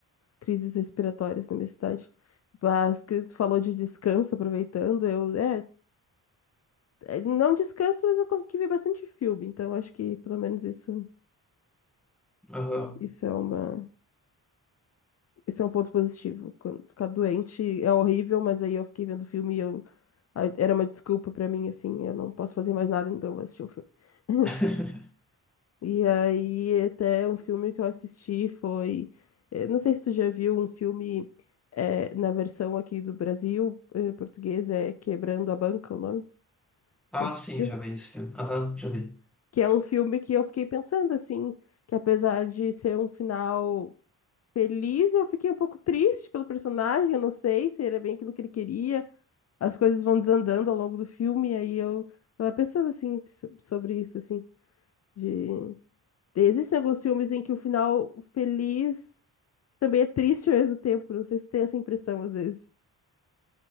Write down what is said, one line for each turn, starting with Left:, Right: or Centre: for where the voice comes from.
Left: crises respiratórias na minha cidade. Mas que tu falou de descanso, aproveitando, eu. É, é, não descanso, mas eu consegui ver bastante filme, então acho que pelo menos isso.
Centre: Aham.
Left: Isso é uma, isso é um ponto positivo. Quando Ficar doente é horrível, mas aí eu fiquei vendo filme e eu Aí Era uma desculpa pra mim, assim, eu não posso fazer mais nada, então eu vou assistir um filme. <laughs>
Centre: <laughs>
Left: E aí, até um filme que eu assisti foi. eh, Não sei se tu já viu um filme eh, na versão aqui do Brasil, eh, português, é Quebrando a Banca, o nome?
Centre: Ah,
Left: Já assistiu?
Centre: sim, já vi esse filme. Aham, já vi.
Left: Que é um filme que eu fiquei pensando, assim, que apesar de ser um final feliz, eu fiquei um pouco triste pelo personagem, eu não sei se era bem aquilo que ele queria. as coisas vão desandando ao longo do filme, e aí eu tava pensando assim so- sobre isso, assim, de de- existem alguns filmes em que o final feliz também é triste ao mesmo tempo. Não sei se tem essa impressão às vezes.